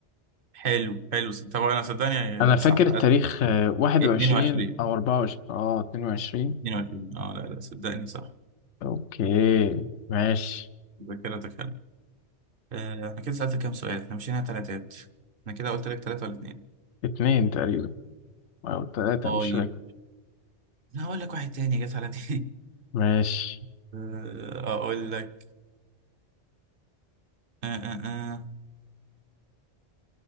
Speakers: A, on the right; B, on the left.
A: حلو حلو طبعا انا صدقني
B: أنا فاكر
A: صح
B: التاريخ آه، واحد
A: 22
B: وعشرين أو أربعة وعشرين أه اتنين وعشرين
A: 22 اه لا لا صدقني صح
B: اوكي ماشي
A: ذاكرتك حلوة آه، احنا كده سألتك كام سؤال احنا مشينا تلاتات انا كده قلت لك تلاتة ولا اتنين
B: اتنين تقريبا او تلاتة
A: طيب
B: مش فاكر
A: انا هقول لك واحد تاني جت على دي
B: ماشي
A: <laughs> آه، اقول لك اه اه اه